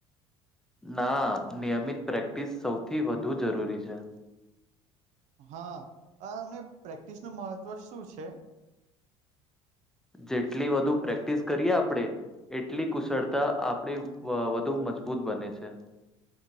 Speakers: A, in the centre; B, on the right (about 50°).
A: ના નિયમિત પ્રેક્ટિસ સૌથી વધુ જરૂરી છે.
B: હા અને પ્રેક્ટિસ નું મહત્વ શું છે.
A: જેટલી વધુ પ્રેક્ટિસ કરીએ આપડે એટલી કુશળતા આપણી વા વધુ મજબૂત બને છે.